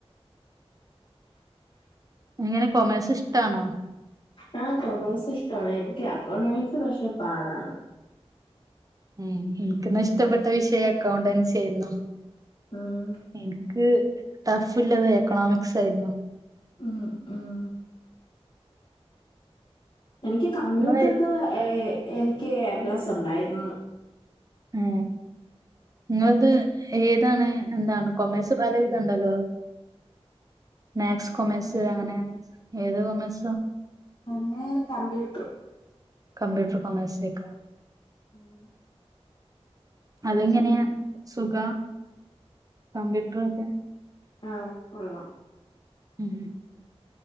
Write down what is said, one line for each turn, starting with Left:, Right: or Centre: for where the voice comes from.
Right: എങ്ങനെ കൊമേഴ്സ് ഇഷ്ടാണോ
Left: ആഹ് കൊമേഴ്സ് ഇഷ്ടമാണ് എനിക്ക് അക്കോണോമിക്സ് പക്ഷെ പാടാണ്
Right: ഉം എനിക്കന്ന ഇഷ്ടപ്പെട്ട വിഷയം അക്കൗണ്ടൻസി ആയിരുന്നു
Left: ഉം
Right: എന് ക്ക് ടഫിള്ളത് എക്കണോമിക്സ് ആയിരുന്നു
Left: ഉം ഉം എനിക്ക് കമ്പ്യൂട്ടർ
Right: നിങ്ങള്
Left: ഒക്കെ എനിക്ക് എ പ്ലസ് ഉണ്ടായിരുന്നു
Right: ആ നിങ്ങളത് ഏതാണ് എന്താണ് കൊമേഴ്സ് പല വിധം ഒണ്ടല്ലോ മാത്സ് കൊമേഴ്സ് അങ്ങനെ ഏതോ കൊമേഴ്
Left: ഒന്ന് കംമ്പ്യൂട്ടറ്
Right: കംമ്പ്യൂട്ടറ് കൊമേഴ്‌സേക്കാ
Left: ഉം
Right: അതെങ്ങനെയാ സുഖ കമ്പ്യൂട്ടറൊക്കെ
Left: ആ കൊള്ളാം
Right: ഉം